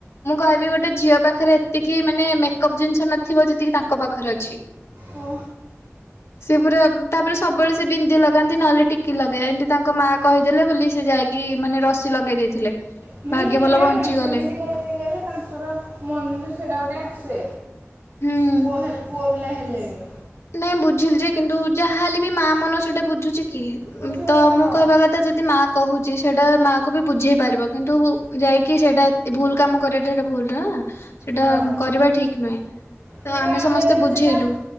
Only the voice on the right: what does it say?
ଓ
ହୁଁ
ନା
ନା ସେମିତି କରି ଦେଇ ଗଲେ ତାଙ୍କର ମନୁରେ ସେଟା ଗୋଟେ ଆସେ।
ପୁଅ ହେଲ୍ ପୁଅ ପିଲା ହେଲେ ବି।
ବୁଝିବନି
ହଁ
ହଁ
କିନ୍ତୁ
ସେଟା